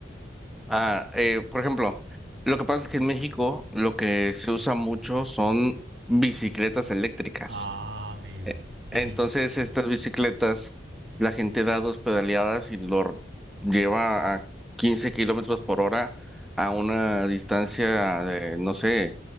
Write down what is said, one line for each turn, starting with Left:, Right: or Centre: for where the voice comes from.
Centre: ah, eh, por ejemplo, lo que pasa es que en México lo que se usa mucho son bicicletas eléctricas.
Right: Ah, amigo.
Centre: E-
Right: <laughs>
Centre: Entonces,
Right: Ujú.
Centre: estas bicicletas, la gente da dos pedaleadas y lo r- lleva a 15 kilómetros por hora a una distancia de, no sé,